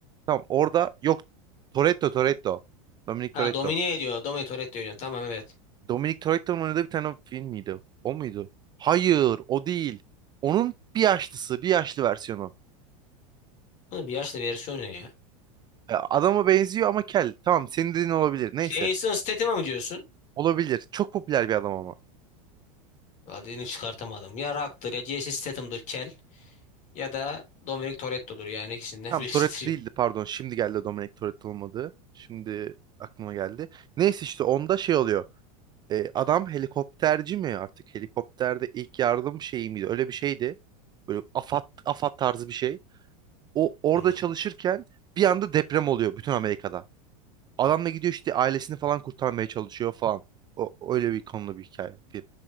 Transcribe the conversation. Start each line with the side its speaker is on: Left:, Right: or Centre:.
Right: Tamam orada yok. Toretto Toretto. Dominic
Left: Ha
Right: Toretto.
Left: domine ediyor. Dominator et diyorsun. Tamam evet.
Right: Dominic Toretto'nun oynadığı bir tane film miydi? O muydu? Hayır o değil. Onun bir yaşlısı. Bir yaşlı versiyonu.
Left: Bunun bir yaşlı versiyonu ne ya?
Right: E, adama benziyor ama kel. Tamam senin dediğin olabilir. Neyse.
Left: Jason Statham'a mı diyorsun?
Right: Olabilir. Çok popüler bir adam ama.
Left: Adını çıkartamadım. Ya Rock'tır ya Jason Statham'dır kel. Ya da Dominic Toretto'dur yani ikisinden
Right: Tamam
Left: <laughs> birisidir
Right: Toretto değildi
Left: ya.
Right: pardon. Şimdi geldi Dominic Toretto olmadı. Şimdi aklıma geldi. Neyse işte onda şey oluyor. E, adam helikopterci mi artık? Helikopterde ilk yardım şeyi miydi? Öyle bir şeydi. Böyle AFAD, AFAD tarzı bir şey. O orada
Left: Hmm.
Right: çalışırken bir anda deprem oluyor bütün Amerika'da. Adam da gidiyor işte ailesini falan kurtarmaya çalışıyor falan. O, öyle bir konulu bir hikaye. Film.